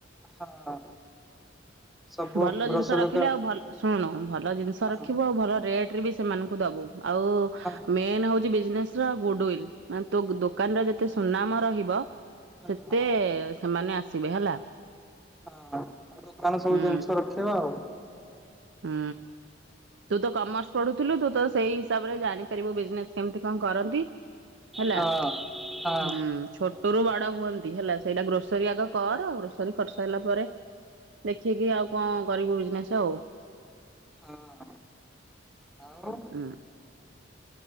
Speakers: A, in the centre; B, on the right.
A: ହଁ। ସବୁ
B: ଭଲ
A: ଗ୍ରୋସରୀ
B: ଜିନିଷ ରଖିଲେ
A: ଦୋକାନ
B: ଆଉ ଭଲ ଶୁଣୁ ଭଲ ଜିନିଷ ରଖିବୁ
A: ହଁ
B: ଆଉ ଭଲ ରେଟରେ ବି ସେମାନଙ୍କୁ ଦବୁ। ଆଉ
A: ହଁ
B: ମେନ୍ ହଉ ଚି ବିଜ୍ନେସ୍ର ଗୁଡ୍ ୱିଲ୍। ମାନେ ତୋ ଦୋକାନ ର ଯେ ତେ ସୁନାମ ରହିବ
A: ହଁ
B: ସେତେ
A: ହଁ।
B: ସେମାନେ ଆସିବେ ହେଲା।
A: ହଁ ଆଉ ଦୋକାନ ସବୁ
B: ହୁଁ
A: ଜିନିଷ ରଖେଇବା ଆଉ।
B: ହୁଁ। ତୁ ତ କମର୍ସ ପଢୁଥିଲୁ ତୁ ତ ସେଇ ହିସାବରେ ଜାଣି ପାରିବୁ ବିଜ୍ନେସ୍ କେମିତି କଣ କରନ୍ତି, ହେଲା
A: ହଁ ହଁ
B: ହୁଁ ଛୋଟରୁ ବଡ ହୁଅନ୍ତି ହେଲା। ସେଇଟା ଗ୍ରୋସ୍ ରୀ ଆଗ କର। ଗ୍ରୋସରୀ କରିସାରିଲା ପରେ ଦେଖିକି ଆଉ କଣ କରିବୁ ବିଜନେସ ଆଉ।
A: ହଁ ଆଉ।
B: ହୁଁ।